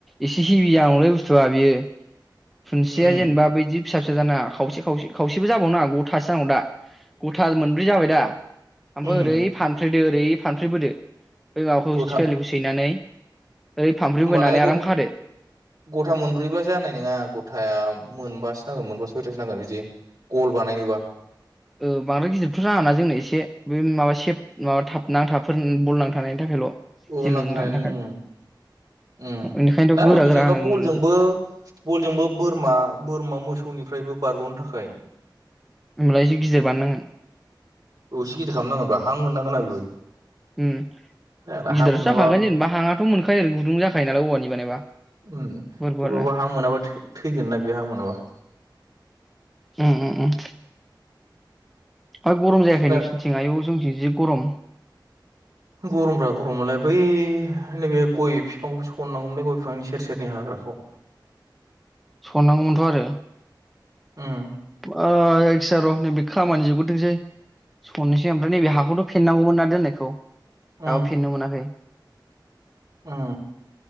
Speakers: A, in the centre; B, on the right (about 55°).
A: एसे हिभिया जानांगौलै बुस्थुआ बियो खुनथियाया
B: उम
A: जेनेबा बदि फिसा -फिसा जानाङा खावसे -खावसे -खावसेबो जाबावनााङा गथासो नांगौ दा गथा मोनब्रै जाबाय दा ओमफ्राय
B: उम
A: ओरै फानफ्लेदो ओरै फानफ्लेबोदो बे माबाखौ
B: गथा
A: सिफलिखौ सैनानै ओइ फानफ्रि
B: होमबालाय
A: बोनानै आराम खादो।
B: गथा मोनब्रैबा जानाय नोङा गथाया मोनबासो नांगोन मोनबा सयथासो नांगोन बिदि गल बानायनोबा।
A: ओ बांद्राय गिदिरथ' नाङाना जोंनो एसे बे माबा सेफ माबा थाब नांथाबफोर बल नांथानायनि थाखायल'।
B: औ
A: जोलुरनो
B: नांथानाय
A: थानो थाखाय
B: ओम ओम
A: बेनिखायनोथ'
B: दा
A: गोरा गोरा
B: जेनबा
A: होनांगौमोन
B: बलजोंबो बलजोंबो बोरमा बोरमा मोसौनिफ्रायबो बारग'नो थाखाय
A: होमब्ला एसे गिदिर बानायनांगोन।
B: औ एसे गिदिर खालामनांगोन ब्रा हां मोननांगोना बेबो।
A: उम
B: जाग्ला
A: गिदिरयाथ'
B: हां मोनाबा
A: जाखागोन जेनेबा हाङाथ' मोनखायो ओरैनो गुदुं जाखायो नालाय औवानि बानायबा।
B: ओम
A: गुवार गुवारनो
B: थेवबाबो हां मोनाबा थै-थैगोन ना बे हां मोनाबा।
A: ओम ओम ओम। फा गरम जायाखै
B: थैना
A: नोंसिनिथिं आयौ जोंनिथिं गरम‌।
B: गरम ब्रा गरमालाय बै नैबे गय बिफांखौबो सननांगौमोनलाय गय बिफांनि सेर सेरनि हाग्राखौ।
A: सननांगौमोनथ' आरो।
B: ओम।
A: ओ जायखिजाया र' नैबे खामानि जोबबग्रोथोंसै। सननोसै ओमफ्राय नैबे हाखौथ' फेननांगौमोन ना दोननायखौ दाबो
B: उम
A: फेननो मोनाखै।
B: उम